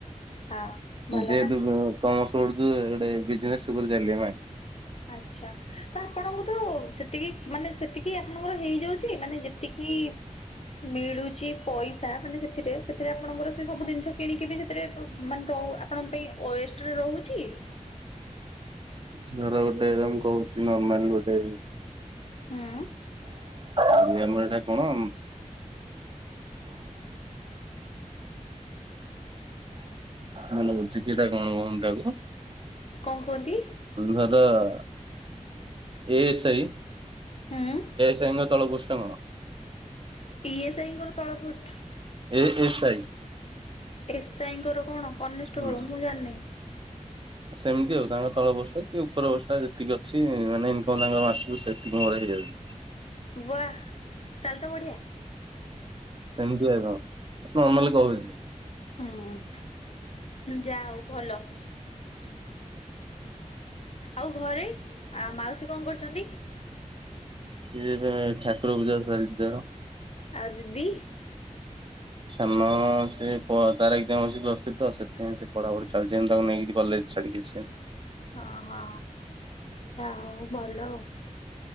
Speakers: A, on the left; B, on the right.
A: ହଁ ଭଲ
B: ଯେହେତୁ
A: ନା।
B: ଉ କମ ପଢ଼ୁଛୁ ଏଇ ବିଜିନେସ ଉପରେ ଚାଲିବ ନା
A: ଆଚ୍ଛା ତ ଆପଣଙ୍କୁ ତ ସେତିକି ମାନେ ସେତିକି ଆପଣଙ୍କର ହେଇଯାଉଛି ମାନେ ଯେତିକି କି? ମିଳୁଛି ପଇସା ମାନେ ସେଥିରେ ସେଥିରେ ଆପଣଙ୍କର ସେ ସବୁ ଜିନିଷ କିଣିକି ବି ସେଥିରେ ମାନେ କହୁ ଆପଣଙ୍କ ପାଇଁ ଓଏଷ୍ଟରେ ରହୁଛି
B: ତର ଗୋଟେ ମୁ କହୁଛି ନର୍ମାଲ ଗୋଟେ
A: ହୁଁ।
B: ଆମର ଏଟା କଣ? ମନେ କରୁଛି କିଟା କଣ ହୁଅନ୍ତା କ
A: କଣ କୁହନ୍ତି
B: ହେଟା ଉଁ ଏ ସାଇ
A: ହୁଁ
B: ସିଏ <unintelligible> ତଳ ପୁଷ୍ଟ କଣ?
A: ଇଏସ୍ଆଇଙ୍କର ତଳ post.
B: A S I.
A: SI ଙ୍କର କଣ କନେଷ୍ଟବଳ
B: ହୁଁ
A: ମୁଁ ଜାଣିନି।
B: ସେମିତି ଆଉ ତାଙ୍କ ତଳପୋଷ୍ଟ କି ଉପରପୋଷ୍ଟ ଯେତିକି ଅଛି। ମାନେ ଇନକମ ତାଙ୍କର ମାସକୁ ସେତିକି ମୋର ହେଇ ଦିଆଯାଉଛି।
A: ବା ତାହେଲେ ତ ବଢିଆ।
B: ସେମିତି କା ମୁଁ ନର୍ମାଲରେ କହୁଛି।
A: ହୁଁ ଯା ହଉ ଭଲ। ଆଉ ଘରେ ଆ ମାଉସୀ କଣ କରୁଛନ୍ତି?
B: ସିଏ ଏବେ ଠାକୁର ପୂଜା ଚାଲିଛି ତାର।
A: ଆଉ ଦିଦି?
B: ସାନ ସେ ତାର ଏକ୍ସାମ ଅଛି ପ୍ଲସ ଥ୍ରୀ ତ ସେଥିପାଇଁ ପଢ଼ାପଢ଼ି ଚାଲିଛି। ମୁଁ ତାକୁ ନେଇକି କଲେଜ୍ ଛାଡିକି ଆସିବି।
A: ହଁ ହଁ ହଉ ଭଲ ଆଉ।